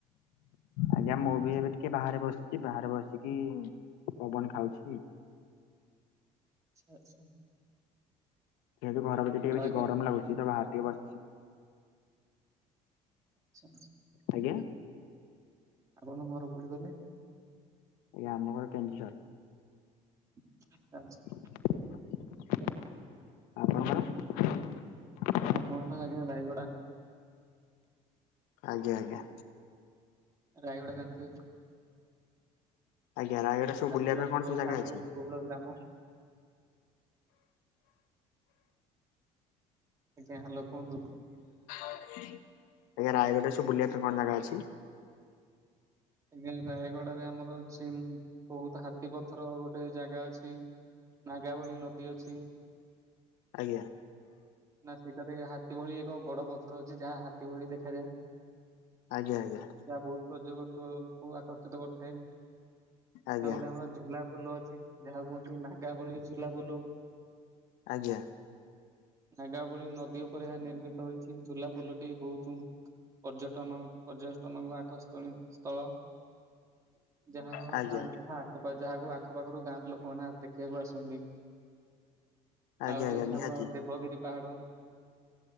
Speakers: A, on the left; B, on the right.
A: ଆଜ୍ଞା ମୁଁ ବି ଏବେ ଟିକେ ବାହାରେ ବସିଛି ବାହାରେ ବସିକି ପବନ ଖାଉଛି।
B: ଆଛା ଆଛା।
A: ଯେହେତୁ ଘର ଭିତରେ ଟିକେ
B: ଆଉ
A: ବେଶୀ ଗରମ ଲାଗୁଛି ତ ବାହାରେ ଟିକେ ବସିଛି।
B: ଆଛା।
A: ଆଜ୍ଞା
B: ଆପଣଙ୍କ ଘର କୋଉଁଠି କହିଲେ?
A: ଏ ଆମ ଘର କେନ୍ଦୁଝର।
B: <unintelligible>
A: ଆପଣ?
B: ଆମ ଘରଟା ଆଜ୍ଞା ରାୟଗଡା।
A: ଆଜ୍ଞା ଆଜ୍ଞା।
B: ରାୟଗଡା ଜାଣିଥିବେ?
A: ଆଜ୍ଞା ରାୟଗଡା ସବୁ
B: ଆଦିବାସୀ
A: ବୁଲିବା ପାଇଁ କଣ
B: ବହୁ
A: ସବୁ ଜାଗା
B: ଆଦିବାସୀ
A: ଅଛି?
B: ବୋହୁଳ ଗ୍ରାମ ଆଜ୍ଞା ହାଲୋ କୁହନ୍ତୁ?
A: ଆଜ୍ଞା ରାୟଗଡ଼ାରେ ସବୁ ବୁଲିବା ପାଇଁ କଣ ଜାଗା ଅଛି?
B: ଆଜ୍ଞା ରାୟଗଡ଼ାରେ ଆମର ଅଛି ସିମ ବହୁତ ହାତୀ ପଥର ଗୋଟେ ଜାଗା ଅଛି ନାଗା ବଳି ନଦୀ ଅଛି।
A: ଆଜ୍ଞା।
B: ନା ସେଠାରେ ହାତୀ ଭଳି ଏକ ବଡ ପଥର ଅଛି ଯାହା ହାତୀ ଭଳି ଦେଖାଯାଏ। <inaudible>
A: ଆଜ୍ଞା ଆଜ୍ଞା।
B: ଯାହା ବହୁତ ପର୍ଯ୍ୟବତୁ କୁ ଆକର୍ଷିତ କରିଥାଏ
A: ଆଜ୍ଞା
B: ଆଉ ଗୋଟେ ଆମର ଝୁଲା ପୋଲ ଅଛି ଯାହା କୁହନ୍ତି ନାଗା ବାଳି ଝୁଲା ପୋଲ।
A: ଆଜ୍ଞା।
B: ନାଗାବଳି ନଦୀ ଉପରେ ଏହା ନିର୍ମିତ ହେଇଛି ଝୁଲା ପୋଲଟି ବହୁତ ପର୍ଯ୍ୟଟନ ପର୍ଯ୍ୟଟନଙ୍କ ଆକର୍ଷଣୀ ସ୍ଥଳ। ଯାହା <unintelligible>
A: ଆଜ୍ଞା ଆଜ୍ଞା
B: ଆ <unintelligible> ଯାହାକୁ ଆଖ ପାାଖରୁ ଗାଁ ର ଲୋକମାନେ ଦେଖିବାକୁ ଆସନ୍ତି
A: ଆଜ୍ଞା
B: ଆଉ ଗୋଟେ
A: ଆଜ୍ଞା
B: ଅଛି
A: ନିହାତି
B: ଆମର ଦେବଗିରି ପାହାଡ